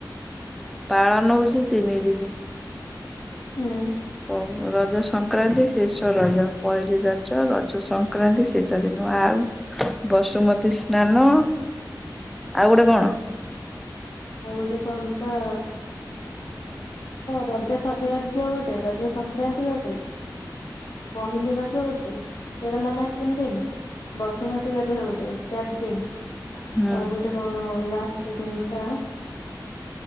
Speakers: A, in the centre; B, on the left.
A: ପାଳନ ହଉଛି ତିନି ଦିନି।
B: ହୁଁ।
A: ଆଉ ରଜ ସଂକ୍ରାନ୍ତି ଶେଷ ରଜ ପହିଲି ରଜ ରଜ ସଂକ୍ରାନ୍ତି ଶେଷ ଦିନ ଆଉ ବସୁମତୀ ସ୍ନାନ ଆଉ ଗୋଟେ କଣ?
B: ଆଉ ଗୋଟେ କଣ ପା ରଜ ସଜବାଜ ଗୋଟେ ରଜ ସଂକ୍ରାନ୍ତି ଗୋଟେ ପହିଲି ରଜ ଗୋଟେ ଇଏ ଗଲା ନା ତିନି ଦିନ ବସୁମତି ଗାଧୁଆ ଗୋଟେ ଚାରି ଦିନ।
A: ହୁଁ
B: ଆଉ ଗୋଟେ କଣ ଫାଷ୍ଟଦିନ ଟା